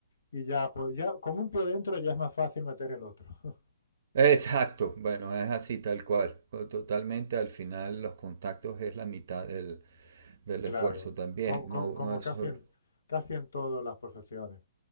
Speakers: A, on the left; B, on the right.
A: y ya, pues ya con un pie dentro ya es más fácil meter el otro. <laughs>
B: Exacto, bueno, es así tal cual. o Totalmente al final los contactos es la mitad del, del
A: Claro,
B: esfuerzo también,
A: como, como-
B: no,
A: como
B: no es
A: casi
B: solo
A: en, casi en todas las profesiones.